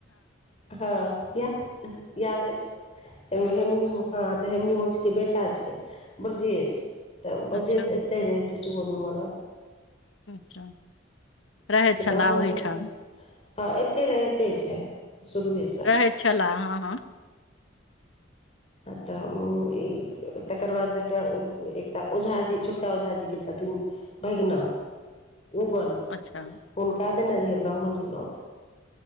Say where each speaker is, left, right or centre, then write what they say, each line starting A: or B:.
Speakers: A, on the left; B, on the left.
A: हँ <unintelligible> याद अछि। हँ तॅं हेमनी मौसीके बेटा छै ब्रजेश तॅं ब्रजेश
B: अच्छा
A: एते- रहै छै सुबोध मामा लऽग,
B: अच्छा रहैत छलाह
A: ब्राह्मणकेॅं
B: ओहिठाम
A: हँ एते रहिते छै, शुरुए सॅं
B: रहै छलाह, हँ हँ
A: तॅं तकर बाद जाकऽ एकटा ओझाजी छोटका ओझाजीके छथिन भगिना उगन
B: अच्छा।
A: हुनका देने रहियनि ब्राह्मणकेॅं नोत